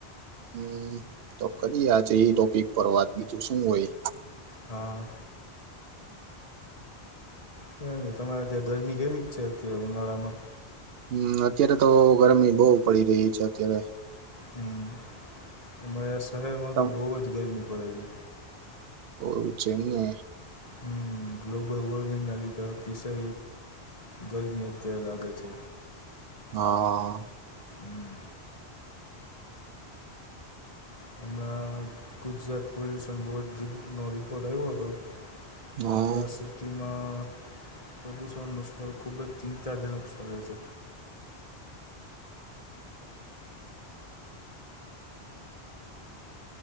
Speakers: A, on the right; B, on the left.
A: હમ તો કરી આજે એ ટોપિક પર વાત બીજું શું હોય
B: હા કે તમારે ત્યાં ગરમી કેવી છે અત્યારે ઉનાળામાં
A: હમ અત્યારે તો ગરમી બહુ પડી રહી છે અત્યારે
B: હ અમારે શહેરમાં
A: તમ
B: તો બહુ જ ગરમી પડે છે
A: ઓવું છે એમને
B: હ ગ્લોબલ વોર્મિંગના લીધે અતિશય ગરમી અત્યારે લાગે છે
A: હા
B: હમ હમણાં ગુજરાત પોલ્યુશન બોર્ડ નો રિપોર્ટ આવ્યો હતો
A: હમ
B: અપલાસિક ખેતીમાં પ્રદૂષણનું સ્તર ખૂબ જ ચિંતાજનક સ્થળે છે.